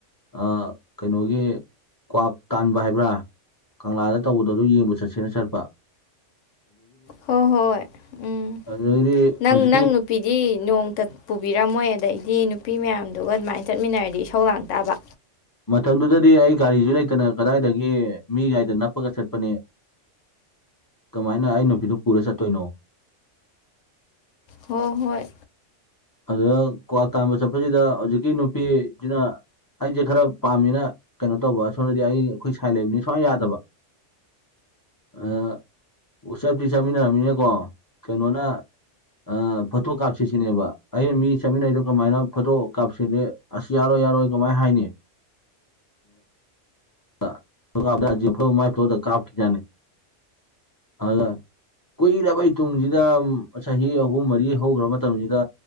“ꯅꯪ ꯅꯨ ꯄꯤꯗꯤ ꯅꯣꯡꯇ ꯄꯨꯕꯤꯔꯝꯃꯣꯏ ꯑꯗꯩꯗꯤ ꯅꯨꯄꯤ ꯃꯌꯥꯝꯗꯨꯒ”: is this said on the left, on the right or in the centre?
Left